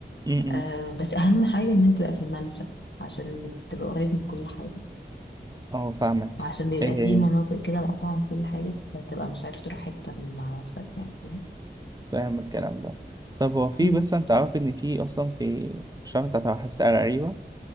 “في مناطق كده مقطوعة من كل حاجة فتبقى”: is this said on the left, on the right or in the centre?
Left